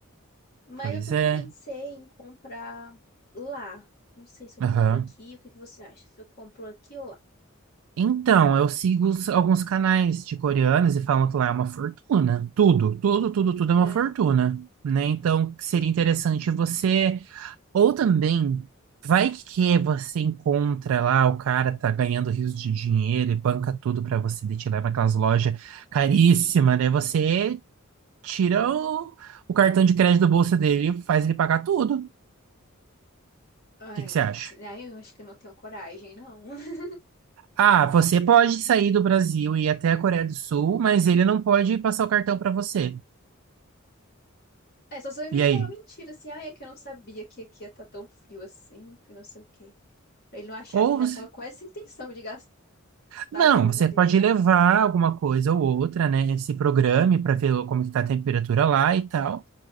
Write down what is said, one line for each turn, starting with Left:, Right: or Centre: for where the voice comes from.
Left: Mas
Right: Pois
Left: eu também
Right: é.
Left: pensei em comprar lá. Não sei se eu
Right: Aham.
Left: compro aqui. O que que você acha? Se eu compro aqui ou lá?
Right: Então, eu sigo os- alguns canais de coreanos e falam que lá é uma fortuna. Tudo, tudo, tudo, tudo é
Left: É.
Right: uma fortuna, né? Então, seria interessante
Left: Hum,
Right: você Ou também, vai que você encontra lá, o cara tá ganhando rios de dinheiro e banca tudo pra você, daí te leva aquelas lojas caríssimas, né? Você tira o, o cartão de crédito do bolso dele e faz ele pagar tudo. O
Left: Ai,
Right: que que você acha?
Left: t- ai, eu acho que eu não tenho coragem, não. <laughs>
Right: Ah, você pode sair do Brasil e ir até a Coreia do Sul, mas ele não pode passar o cartão pra você.
Left: É, só se eu inventar
Right: E aí?
Left: uma mentira, assim, ai, é que eu não sabia que aqui ia estar tão frio assim, que não sei o quê. Pra ele não achar
Right: Ou
Left: que eu já
Right: você-
Left: tava com essa intenção de gastar
Right: não,
Left: a grana
Right: você
Left: dele
Right: pode
Left: lá.
Right: levar alguma coisa ou outra, né? Se programe para ver como que tá a temperatura lá e tal.